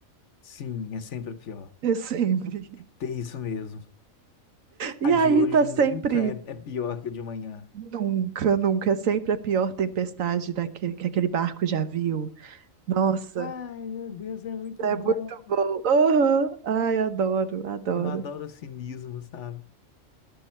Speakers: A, on the left; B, on the right.
A: Sim, é sempre pior.
B: É sempre.
A: Tem isso mesmo.
B: E
A: A de
B: aí
A: hoje
B: tá
A: nunca
B: sempre
A: é, é pior que a de amanhã.
B: Nunca, nunca. É sempre a pior tempestade daquele, que aquele barco já viu. Nossa,
A: Ai, meu Deus, é muito
B: é
A: bom.
B: muito bom. Aham. Ai, adoro, adoro.
A: Eu adoro o cinismo, sabe?